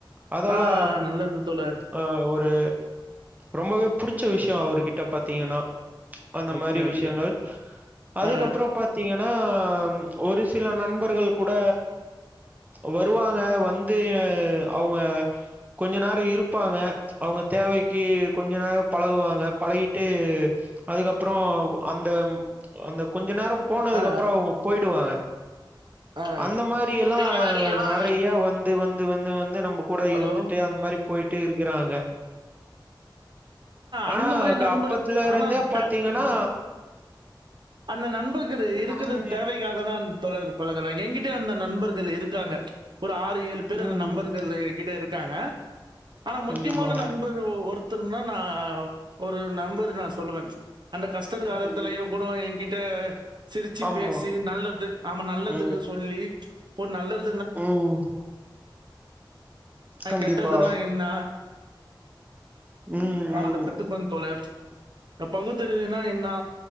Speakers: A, on the right (about 20°); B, on the right (about 60°).
A: அதல்லா
B: ஆ, நல்லது தோழர்
A: ஆ ஒ ரு ரொம்பவே புடுச்ச விஷ்யோ அவர்கிட்ட பாத்தீங்கன்னா அந்த
B: ஓகே
A: மாரி
B: ஓகே
A: விஷ்யங்கள் அதுக்கப்றோ
B: ஆ
A: பாத்தீங்கன் னா ஒரு சில நண்ப ர்கள் கூட வருவாங்க வந்து அவுங்க கொஞ்ச நேரோ இருப்பாங்க அவுங்க தேவைக்கு கொஞ்ச நேரோ பழகுவாங்க பழகிட்டு அதுக்கப்றோ அந்த அந்த கொஞ்ச நேரோ போனதுக்கு
B: ஆ
A: அப்றோ அவுங்க போய்டுவாங்க
B: ஆ
A: அந்த மாரியல்லா
B: அந்த மாதிரி எல்லாம்
A: நெறையா வந் து வந்து வந்து வந் து நம்ம கூட
B: ஹலோ
A: இருந்துட்டு அந்த மாரி போய்ட்டு இருக்குறாங்க ஆனா
B: அந்த மாதிரி
A: கா
B: நண்பருக்கு
A: அப்பத்லருந்தே
B: ஆனா
A: பாத்தீங்கன்னா
B: த- ஆ, அந்த நண்பருக்கு இருக்குற
A: நாங்க
B: தேவைக்காக தான் தோழர் பழகுன ஏ கிட்ட அந்த நண் பர்கள் இருக்காங்க ஒரு ஆறு ஏழு பேரு
A: ம்.
B: அந்த நம்பர்கள் என்கிட்ட இருக் இருக்காங்க ஆனா
A: கண்டிப்பா.
B: முக்கியமான நண்பர் ஒர் தர்னா நா ஒரு நம்பர் நா சொல்லுவன் ச் அந்த கஷ்டத்து காலத்துலயு
A: ம். ம்.
B: கூடோ என் கிட்ட சிரிச்சு
A: ஆமா.
B: பேசி நல்லது ஆமா நல்லதுக்கு
A: ம்.
B: சொல்லி ச் இப்போ நல்லது
A: ம்
B: ஆ
A: கண்டிப்பா
B: கெட்டதுன்னா என்ன <inaudible>
A: ம்
B: ஆ
A: ம்
B: அந்த பத்துப்ப தோழர் இந் பகுத்தறிவினா என்னா